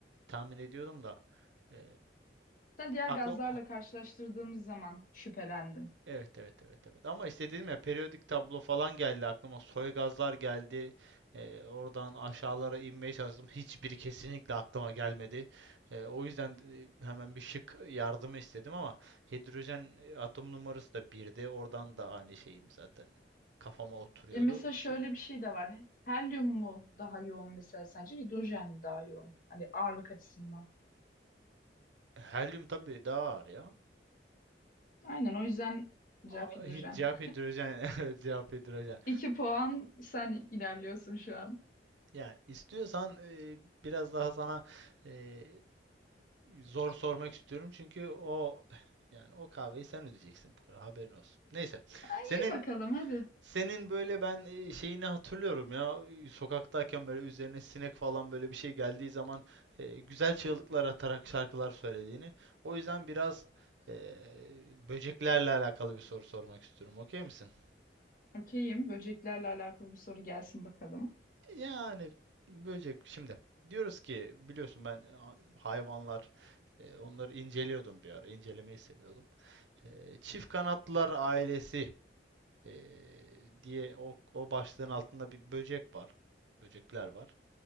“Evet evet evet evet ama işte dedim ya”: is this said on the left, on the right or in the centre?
Right